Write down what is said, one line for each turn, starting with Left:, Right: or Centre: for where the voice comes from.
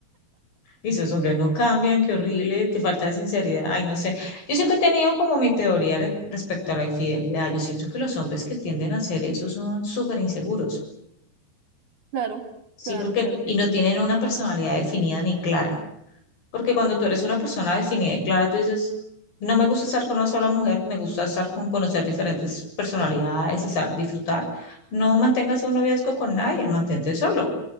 Left: Y esos hombres no cambian, qué horrible, qué falta de sinceridad. Ay, no sé. Yo siempre he tenido como mi teoría re- respecto a la infidelidad. Yo siento que los hombres que tienden a hacer eso son súper inseguros.
Right: claro,
Left: Sí,
Right: claro,
Left: porque,
Right: claro que
Left: y no
Right: sí.
Left: tienen una personalidad definida ni clara. Porque cuando tú eres una persona definida y clara, tú dices, no me gusta estar con una sola mujer, me gusta estar con conocer diferentes personalidades y sal- disfrutar. No mantengas un noviazgo con nadie, mantente solo.